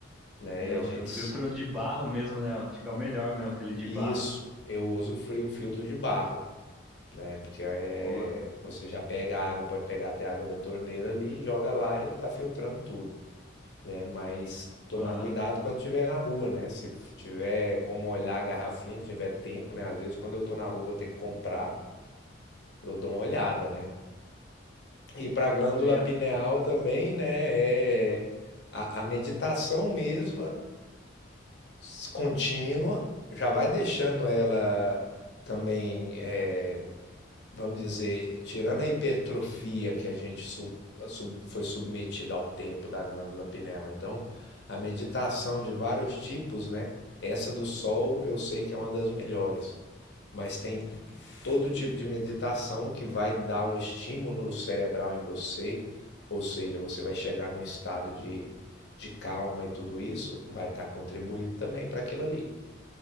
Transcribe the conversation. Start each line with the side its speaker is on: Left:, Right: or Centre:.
Left: né?
Centre: Né,
Left: E a
Centre: o
Left: gente.
Centre: fi- o filtro de barro mesmo, né? Acho que é o melhor mesmo, aquele de
Left: Isso,
Centre: barro.
Left: eu uso frio- filtro de barro, né? Porque é,
Centre: Boa.
Left: você já pega a água, pode pegar até a água da torneira ali, joga lá e ele tá filtrando tudo, né? Mas tomar
Centre: Aham.
Left: cuidado quando estiver na rua, né? Se f- tiver como olhar a garrafinha, se tiver tempo, né? Às vezes quando eu tô na rua vou ter que comprar, eu dou uma olhada, né? E para a glândula
Centre: Sim, é,
Left: pineal
Centre: do-
Left: também, né? É a, a meditação mesma, s- contínua, já vai deixando ela também, é, vamos dizer, tirando a hipertrofia que a gente su- a sub- foi submetida ao tempo da glândula pineal. Então, a meditação de vários tipos, né? Essa do sol eu sei que é uma das melhores, mas tem todo tipo de meditação que vai dar um estímulo cerebral em você, ou seja, você vai chegar num estado de, de calma e tudo isso, vai estar tá contribuindo também para aquilo ali.